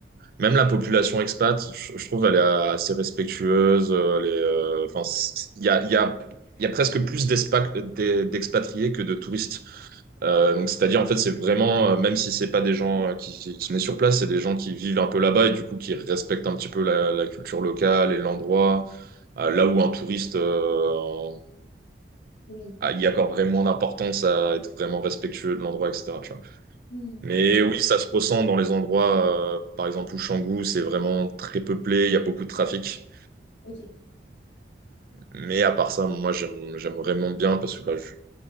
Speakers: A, on the right (about 55°); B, on the left (about 85°).
A: même la population expat, je, je trouve, elle est assez respectueuse. euh, elle est, euh, enfin, c- il y a, il y a, il y a presque plus d'espa- d'e- d'expatriés que de touristes. Euh, donc, c'est-à-dire, en fait, c'est vraiment, euh, même si c'est pas des gens euh, qui, qui, qui naissent sur place, c'est des gens qui vivent un peu là-bas et du coup qui respectent un petit peu la, la culture locale et l'endroit. Euh, là où un touriste, euh, en-
B: Oui.
A: ah, il y accorderait moins d'importance à être vraiment respectueux de l'endroit, etc. tu vois.
B: Hmm,
A: Mais oui, ça se ressent dans les endroits, euh, par exemple, où Canggu, c'est vraiment très peuplé, il y a beaucoup de trafic.
B: ok.
A: Mais à part ça, moi, j'aime, j'aime vraiment bien parce que bah, je-